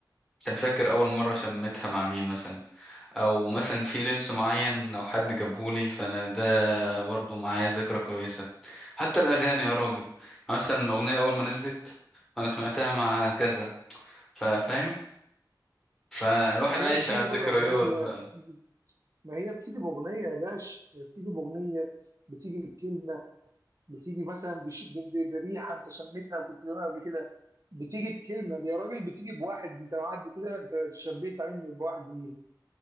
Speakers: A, in the centre; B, on the right.
A: كان فاكر أول مرة شميتها مع مين مثلا أو مثلا في لبس معين لو حد جابهولي فأنا ده برضه معايا ذكرى كويسة حتى الأغاني يا راجل يعني مثلا الأغنية أول ما نزلت فأنا سمعتها مع كذا فا- فاهم فالواحد
B: ما
A: عايش
B: هي بتيجي
A: على الذكريات
B: بقى بأغنية
A: بقى
B: بتيجي- ما هي بتيجي بأغنية يا باشا هي بتيجي بأغنية بتيجي بكلمة بتيجي مثلا بش... ب... ب... بريحة أنت شميتها وكنت بتقولها قبل كده بتيجي بكلمة يا راجل بتيجي بواحد أنت معدي كده أنت شبيت منه بواحد زميلك